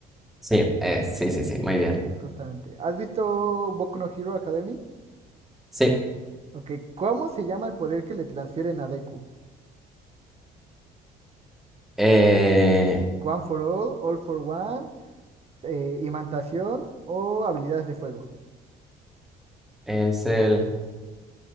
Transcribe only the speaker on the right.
Y justamente. ¿Has visto Boku no Hero Academy?
Ok, ¿cómo se llama el poder que le transfieren a Deku?
One for all, all for one, eh, imantación o habilidades de fuego.